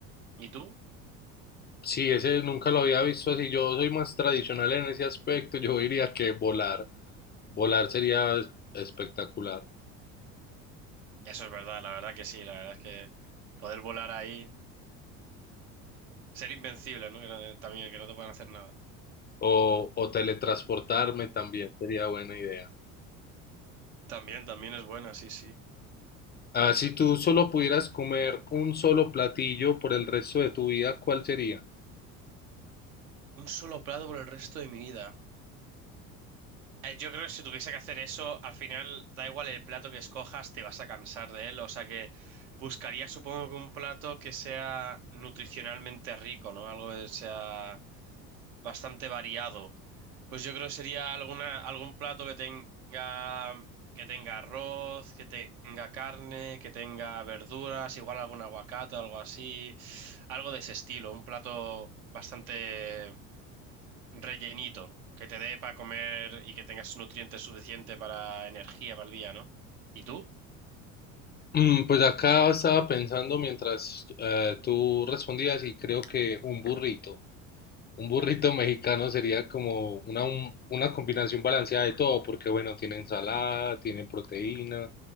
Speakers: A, on the right (about 75°); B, on the left (about 25°).
A: ¿Y tú?
B: Sí, ese nunca lo había visto así. Yo soy más tradicional en ese aspecto. Yo diría que volar. Volar sería es- espectacular.
A: Eso es verdad, la verdad que sí, la verdad es que poder volar ahí, ser invencible, ¿no? Que no- eh, también, que no te puedan hacer nada.
B: O, o teletransportarme también sería buena idea.
A: También, también es buena, sí, sí.
B: Ah, si tú solo pudieras comer un solo platillo por el resto de tu vida, ¿cuál sería?
A: Un solo plato por el resto de mi vida. Eh, Yo creo que si tuviese que hacer eso, al final da igual el plato que escojas, te vas a cansar de él. O sea que buscaría, supongo que un plato que sea nutricionalmente rico, ¿no? Algo que sea bastante variado Pues yo creo que sería alguna, algún plato que tenga, que tenga arroz, que tenga carne, que tenga verduras, igual algún aguacate, algo así, algo de ese estilo, un plato bastante rellenito, que te dé para comer y que tengas nutrientes suficientes para energía para el día, ¿no? ¿Y tú?
B: Mm, Pues acá estaba pensando mientras eh, tú respondías y creo que un burrito, un burrito <laughs> mexicano sería como una, un- una combinación balanceada de todo, porque bueno, tiene ensalada, tiene proteína,